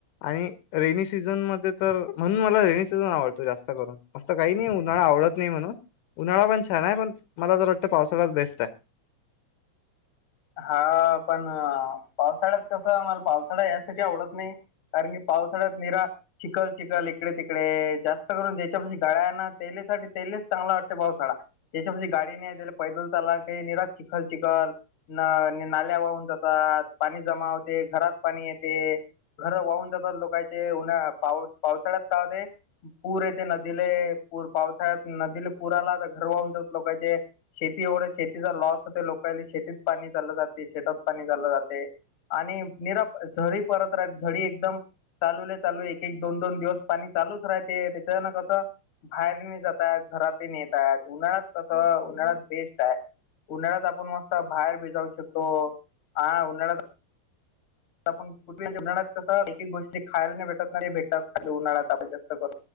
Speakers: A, on the left; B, on the left.
A: आणि रेनी सीझन मध्ये तर, म्हणून मला रेनी सीझन आवडत तू जास्त करून, असं काही नाही उन्हाळा आवडत नाही म्हणून उन्हाळा पण छान हाय पण, मला तर वाटतं पावसाळाच बेस्ट हाय
B: हा पण पावसाळ्यात कसं, मला पावसाळा यासाठी आवडत नाही कारण की पावसाळ्यात निरा चिखल, चिखल इकडे तिकडे जास्त करून ज्याच्यापशी गाळ्याना तेलेसाठी तेलेच चांगला वाटते पावसाळा त्याच्या पाशी गाडी नाही, त्याला पैद्रोल चालाय लागतंय निराज चिखल, चिखल न नाल्या वाहून जातात, पाणी जमा होते घरात पाणी येते घर वाहून जातात लोकांचे, उन्हा पावस, पावसाळ्यात काय होते पूर यते नदीले, पूर पावसाळ्यात नदीले पुर आला घर वाहून जात लोकांचे शेती एवढं शेतीचा लॉस होते, लोकांले शेतीत पाणी चाललं जाते शेतात पाणी चाललं जाते आणि निराप झरी परत राह झडी एकदम चालूल, चालू एक-एक, दोन -दोन दिवस पाणी चालूच राहते, त्याच्यान कसं बाहेरने जातात, घरातुन येतात उन्हाळ्यात कसं उन्हाळ्यात बेस्ट हाय उन्हाळ्यात आपण मस्त बाहेर बी जाऊ शकतो, आं उन्हाळ्यात आपण कुठे उन्हाळ्यात कस एक, एक गोष्टी खायला नाही भेटत नाही ते भेटत उन्हाळ्यात आपण जास्त करून